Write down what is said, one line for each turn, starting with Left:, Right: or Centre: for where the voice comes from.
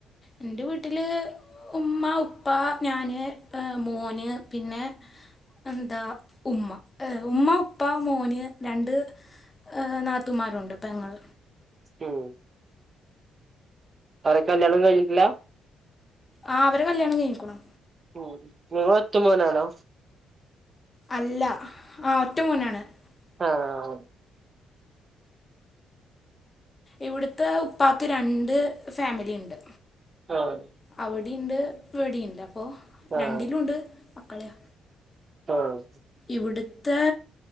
Left: എന്റെ വീട്ടില് ഉമ്മ ഉപ്പ ഞാന് മോന് പിന്നെ എന്താ ഉമ്മ ഉമ്മ ഉപ്പ മോന് രണ്ട് ഏഹ് നാത്തുമാരുണ്ട് പെങ്ങൾ
Right: ഉം ഒരേക്കല്യാണം കഴിഞ്ഞിട്ടില്ല
Left: ആ അവരെ കല്യാണം കഴിഞ്ഞുക്ക്ണു
Right: മം നിങ്ങള് ഒറ്റ മോനാണോ
Left: അല്ല ആഹ് ഒറ്റ മോനാണ് ഒറ്റ
Right: ആഹ്
Left: ഇവിടുത്തെ ഉപ്പാക്ക് രണ്ട് ഫാമിലി ഉണ്ട്
Right: ആഹ്
Left: അവിടിണ്ട് ഇവ്ടിണ്ട് അപ്പൊ
Right: ആഹ്
Left: രണ്ടിലും ഉണ്ട് മക്കളെയ
Right: ആഹ്
Left: ഇവിടുത്തെ